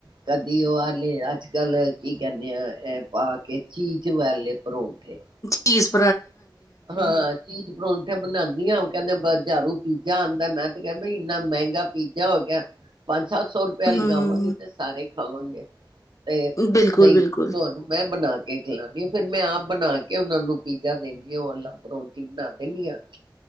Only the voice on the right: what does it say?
ਕਦੀ ਉਹ ਵਾਲੇ ਅੱਜ ਕੱਲ ਕੀ ਕਹਿੰਦੇ ਆ ਇਹ ਪਾ ਕੇ ਚੀਜ਼ ਵਾਲਲੇ ਪਰ ਠੇ
ਹਾਂ ਚੀਜ਼ ਪਰੌਠੇ ਬਣਾਉਂਦੀ ਆ ਕਹਿੰਦੇ ਹਝਾਰੂ ਪੀਜ਼ਾ ਆਉਂਦਾ ਮੈਂ ਤੇ ਕਿਹਾ ਬਈ ਇੰਨਾ ਮਹਿੰਗਾ ਪੀਜ਼ਾ ਹੋ ਗਿਆ ਪੰਜ ਸੱਤ ਸੌ ਰੁਪਇਆ
ਲਗਾਵਾਂਗੇ ਤੇ ਸਾਰੇ। ਆਵਾਂਗੇ। ਨਹੀਂ
ਤੁਹਾਨੂੰ ਮੈਂ ਬਣਾ ਕੇ ਖਲਾਉਦੀ ਹਾਂ, ਫਿਰ ਮੈਂ ਆਪ ਬਣਾ ਕੇ ਉਹਨਾਂ ਨੂੰ ਦੇਣੀ ਆ ਉਹ ਪਰੋਂਟੀ ਬਣਾ ਦਿੰਦੀ ਹਾਂ।